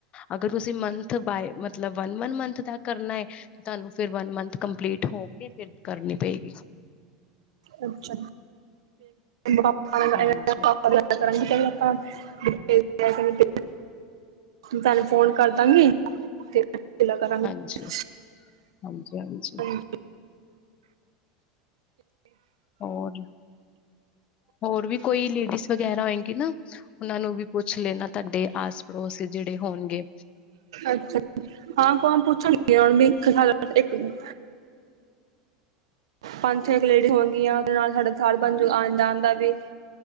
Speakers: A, on the left; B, on the right.
A: ਅਗਰ ਤੁਸੀਂ ਮੰਥ ਬਾਏ ਮਤਲਬ ਵਨ ਮੰਥ ਦਾ ਕਰਨਾ ਹੈ ਤੁਹਾਨੂੰ ਫਿਰ ਵਨ ਮੰਥ ਕੰਪਲੀਟ ਹੋ ਕੇ ਫਿਰ ਕਰਨੀ ਪਏਗੀ।
B: ਅੱਛਾ। ਮੈਨੂੰ ਪਾਪਾ ਨਾਲ
A: ਹਾਂਜੀ
B: ਗੱਲ ਕਰਾਂਗੀ, ਪਹਿਲਾਂ ਆਪਾਂ ਫੇਰ ਕੀ ਕਰਾਂਗੇ। ਤੁਹਾਨੂੰ ਫੋਨ ਕਰਦਾਂਗੀ। ਫੇਰ ਗੱਲਾਂ ਕਰਾਂਗੇ
A: ਹਾਂਜੀ ਹਾਂਜੀ ਹਾਂਜੀ
B: ਹੂੰ।
A: ਹੋਰ ਹੋਰ ਵੀ ਕੋਈ ਲੇਡੀਜ਼ਸ ਵਗੈਰਾ ਹੋਏਗੀ ਨਾ, ਉਹਨਾਂ ਨੂੰ ਵੀ ਪੁੱਛ ਲੈਣਾ ਤੁਹਾਡੇ ਆਸ ਪੜੋਸ ਜਿਹੜੇ ਹੋਣਗੇ।
B: ਅੱਛਾ ਹਾਂ ਕੌਣ ਪੁੱਛਾਂਗੀ ਮੈਂ ਇੱਕ ਨੂੰ ਪੰਜ- ਛੇ ਇੱਕ ਲੇਡੀ ਹੋਣਗਈਆਂ ਨਾਲ ਸਾਡਾ ਸਾਥ ਬਣ ਜਾਓ ਆਣ ਜਾਣ ਦਾ ਵੀ।